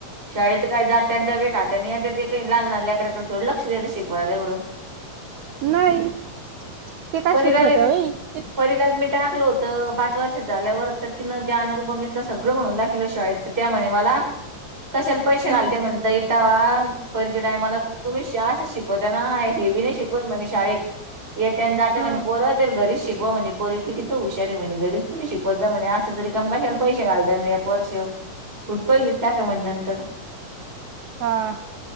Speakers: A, on the right; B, on the right.
A: शाळेत काही जात आणि डबे खात आणि ते लह लहान लल्याकडे थोडं लक्ष देतं शिकवायला एवढं.
B: नाही. ते काय
A: परीला
B: शिकवत्या
A: भी
B: व्हय
A: परीला भी मी टाक ल होत पाच वर्ष झाल्यावर तर तिनं त्या अनरूप मसला सगळं म्हणून दाखवल शाळेत तर त्या म्ह मला कशाला पैसे
B: हा
A: घालते म्हणताय आता वा परीच्या टायमाला तुम्ही शस्त शिकवता ना हे बी नाही शिकवत म्हणजे शाळेत <inaudible> रीच
B: हा
A: शिकवा म्हणे पोरी कितीं हुशारी म्हणे घरीच तुम् शिकवत जा म्हणे असं तरी कश्याला पैसे घालत्यान वर्ष कुठ पहिलीत टाका म्हण नंतर
B: हा.